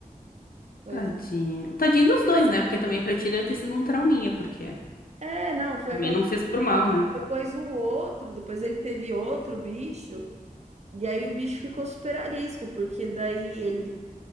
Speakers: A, on the right (about 50°); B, on the left (about 85°).
A: Foi,
B: tadinha. Tadinho dos dois, né? Porque também pra ti deve ter sido um trauminha, porque
A: é, não, foi
B: também
A: aquela
B: não
A: coisa.
B: fez por mal, né?
A: Depois o outro, depois ele teve outro bicho, e aí o bicho ficou super arisco, porque daí ele